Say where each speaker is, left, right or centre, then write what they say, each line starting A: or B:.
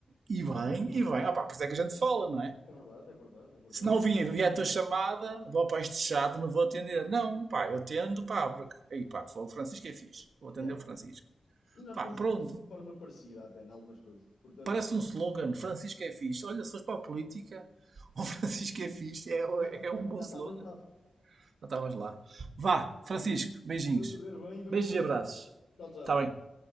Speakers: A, on the right (about 75°); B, on the left (about 85°).
A: E bem, e bem. Ah, pá, por isso é que a gente fala, não é?
B: É verdade, é verdade, é verdade.
A: Se não vier, vier a tua chamada, vou para este chato, não vou atender. Não, pá, eu atendo, pá, porque... Aí, pá, foi o Francisco é fixe. Vou atender
B: Yeah.
A: o Francisco.
B: E nós
A: Pá,
B: pensamos
A: pronto.
B: de forma parecida até, em algumas coisas. Portanto,
A: Parece um slogan, Francisco é fixe. Olha, se fores para a política, <laughs> o Francisco é fixe, é,
B: já tinha,
A: é um bom
B: já
A: slogan.
B: estava safo,
A: Já estavas lá. Vá,
B: meu
A: Francisco,
B: amigo.
A: beijinhos.
B: Vai correr bem e vamos
A: Beijos
B: falando.
A: e abraços.
B: Tchau, tchau.
A: Está bem.